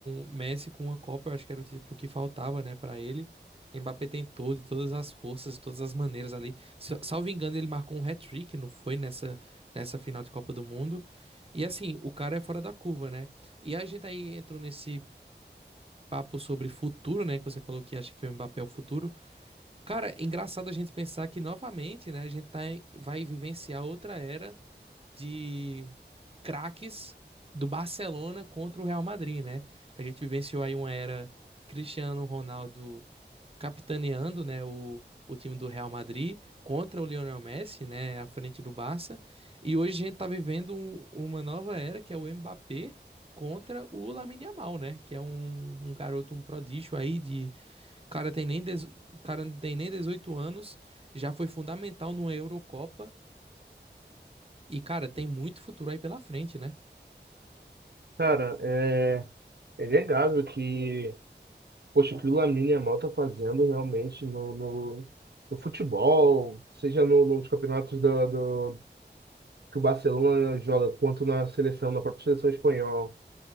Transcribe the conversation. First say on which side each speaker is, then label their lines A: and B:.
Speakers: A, on the right; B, on the right.
A: Messi com uma Copa, eu acho que era o título que faltava, né, pra ele. Mbappé tentou de todas as forças, de todas as maneiras ali. Sa- Salvo engano, ele marcou um hat-trick, não foi nessa nessa final de Copa do Mundo. E assim, o cara é fora da curva, né? E a gente aí entrou nesse papo sobre futuro, né, que você falou que acha que o Mbappé é o futuro. Cara, é engraçado a gente pensar que novamente, né, a gente tá, em- vai vivenciar outra era de craques do Barcelona contra o Real Madrid, né? A gente vivenciou aí uma era Cristiano Ronaldo capitaneando, né, o, o time do Real Madrid contra o Lionel Messi, né, à frente do Barça. E hoje a gente tá vivendo um- uma nova era que é o Mbappé contra o Lamine Yamal, né, que é um, um garoto, um prodígio aí de cara tem nem dez- cara não tem nem 18 anos, já foi fundamental numa Eurocopa e, cara, tem muito futuro aí pela frente, né?
B: Cara, é, é inegável que. Poxa, o que o Lamine Yamal tá fazendo realmente no, no, no futebol, seja no, nos campeonatos da- do, que o Barcelona joga, quanto na seleção, na própria seleção espanhola.